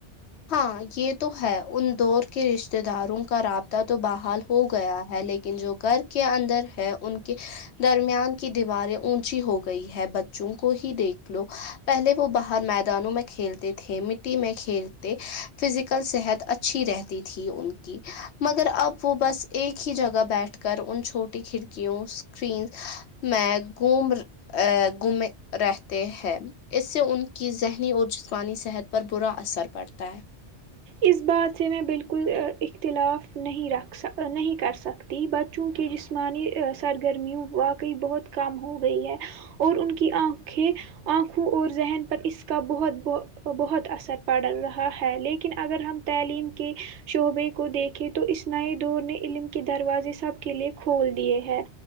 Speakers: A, on the left; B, on the right.
A: ہاں یہ تو ہے ان دور کے رشتے داروں کا رابطہ تو بحال ہو گیا ہے لیکن کن جو گھر کے اندر ہیں ان کے درمیان کی دیواریں اونچی ہو گئی ہے بچوں کو ہی دیکھ لو پہلے وہ باہر میدانوں میں کھیلتے تھے مٹی میں کھیل تے فزیکل صحت اچھی رہتی تھی ان کی مگر اب وہ بس ایک ہی جگہ بیٹھ کر ان چھوٹی کھڑکیوں اسکرینس میں گھوم گھوم رہتے ہیں اس سے ان کی ذہنی اور جسمانی صحت پر برا اثر پڑتا ہے
B: اس بات سے میں بالکل اختلاف نہیں رکھ س نہیں کر سکتا بچوں کے جسمانی سرگرمیوں واقعی بہت کم ہو گئی ہے اور ان کی آنکھیں آنکھوں اور ذہن پر اس کا بہت بہت اثر پڑ رہا ہے لیکن اگر ہم تعلیم کے شعبے کو دیکھیں تو اس نئے دور نے علم کے دروازے سب کے لیے کھول دیے ہیں